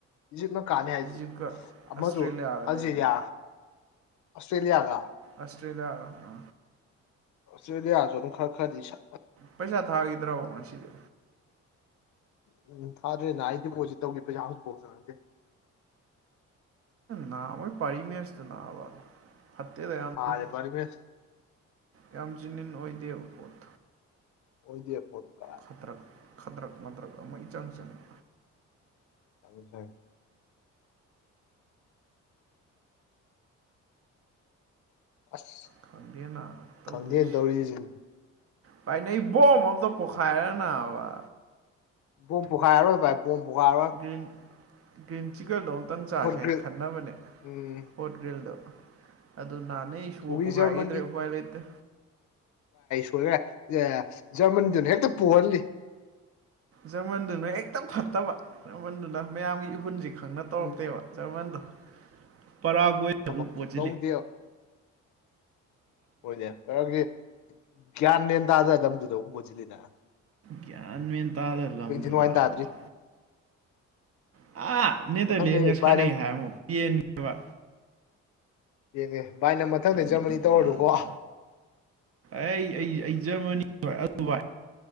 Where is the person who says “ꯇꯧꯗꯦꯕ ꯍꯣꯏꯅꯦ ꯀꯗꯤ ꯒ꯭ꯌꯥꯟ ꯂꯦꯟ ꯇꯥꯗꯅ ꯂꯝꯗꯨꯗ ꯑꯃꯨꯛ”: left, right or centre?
Left